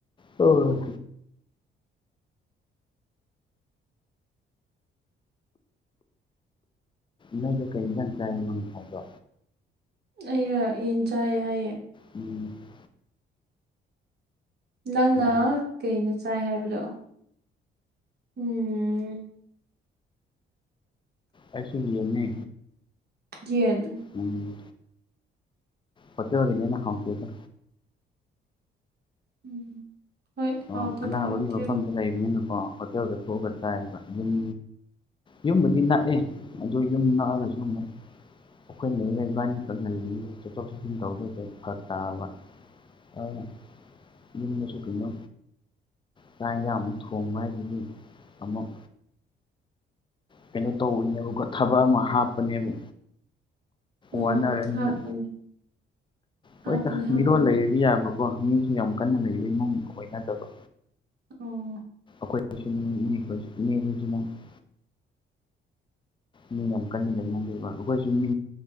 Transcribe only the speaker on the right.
ꯑꯩꯔ ꯌꯦꯟ ꯆꯥꯏꯌꯦ ꯍꯥꯏꯌꯦ
ꯅꯪꯅ
ꯀꯩꯅꯣ ꯆꯥꯏ ꯍꯥꯏꯕꯗꯣ ꯎꯝ
ꯌꯦꯟ
ꯎꯝ ꯍꯣꯏ
ꯍꯥꯎꯇꯕꯅꯤ
ꯑꯗꯨꯗꯤ
ꯎꯝ
ꯍꯥꯞꯄꯅꯦ
ꯍꯥꯞꯄꯅꯦ ꯍꯥꯞꯄꯅꯦ
ꯑꯣ